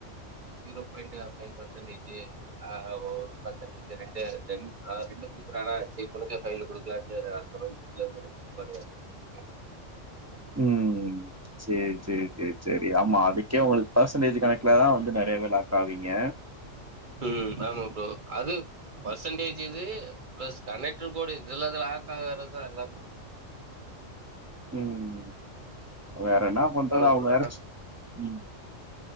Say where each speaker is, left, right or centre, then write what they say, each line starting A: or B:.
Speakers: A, on the right (about 40°); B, on the right (about 25°).
A: ஜீரோ எல்லாதி பாயின்ட் ஃபைவ் ஃபர்சன்டேஜி ஆ ஓ பர்சன்டேஜ் ரெண்டே டெமுக்கா ரெண்டு குடுக்குறான சேர் உனக்கே ஃபைலு குடுக்கலானு அந்த <unintelligible>
B: உம் சேர் சேர் சேரிச்சேரி ஆமா அதுக்கே அவுங்களுக் பர்சன்டேஜ் கணக்குல தா வந்து நெறைய வேரு லாக் காவிங்க
A: உம் ஆமா ப்ரோ அது பர்சன்டேஜ் இது ப்ளஸ் கணெக்ட்ரு கோடு இதுல லாக் ஆகறது தா எல்லாமே
B: உம் வேற என்னா பண்றது
A: உனக்கு
B: அவங்க வேறச்
A: அ
B: உம்